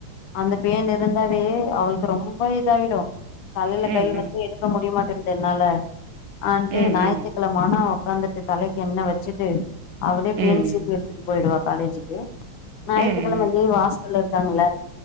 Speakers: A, on the left (about 70°); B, on the right (about 70°).
A: அந்த பேன் இருந்தாவே அவளுக்கு ரொம்ப இதாயிடு தலையில
B: ம்
A: கை
B: ம்
A: வச்சு எடுத் ரொம்ப முடிய மாட்டேன்து என்னால அவவன்ட்டு
B: ம்
A: ஞாயித்துகெழம நானா உக்காந்துட்டு தலைக்கி எண்ண வச்சிட்டு அவளே
B: ம்
A: பேன் சீப் எடுத்துட்டு போயிடுவா காலேஜுக்கு ஞாயித்துகெழம
B: ம் ம்
A: லீவு ஹாஸ்டல்ல இருக்காங்கள